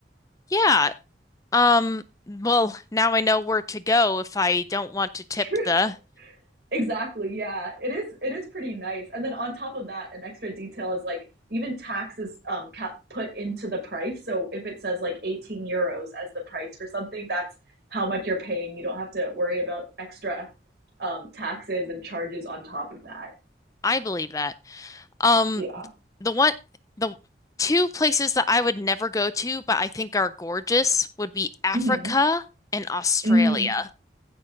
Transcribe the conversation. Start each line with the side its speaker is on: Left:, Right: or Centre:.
Left: yeah. Um, well, now I know where to go if I don't want to tip
Right: <laughs> True.
Left: the.
Right: Exactly. Yeah. It is it is pretty nice. And then on top of that, an extra detail is like even taxes um cap- put into the price. So if it says like 18 euros as the price for something, that's how much you're paying. You don't have to worry about extra um taxes and charges on top of that.
Left: I believe that. Um,
Right: Yeah.
Left: the one, the two places that I would never go to, but I think are gorgeous, would be Africa
Right: Mhm.
Left: and Australia.
Right: Mm.